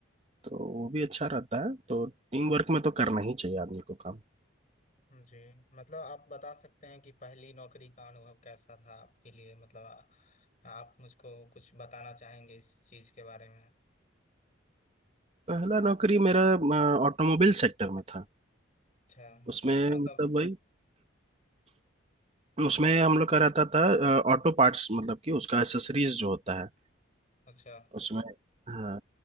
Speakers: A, on the right (about 30°); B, on the left (about 40°).
A: तो वो भी अच्छा रहता है तो टीम वर्क में तो करना ही चाहिए आदमी को काम
B: जी मतलब आप बता सकते हैं कि पहली नौकरी का अनुभव कैसा था आपके लिए मतलब आ, आप मुझको कुछ बताना चाहेंगे इस चीज के बारे में
A: पहला नौकरी मेरा ऑटोमोबाइल सेक्टर में था
B: अच्छा
A: उसमें
B: तो उसमें मतलब
A: मतलब वही उसमें हम लोग कराता था ऑटो पार्ट्स मतलब कि उसका एसेसरीज जो होता है
B: अच्छा
A: उसमें हाँ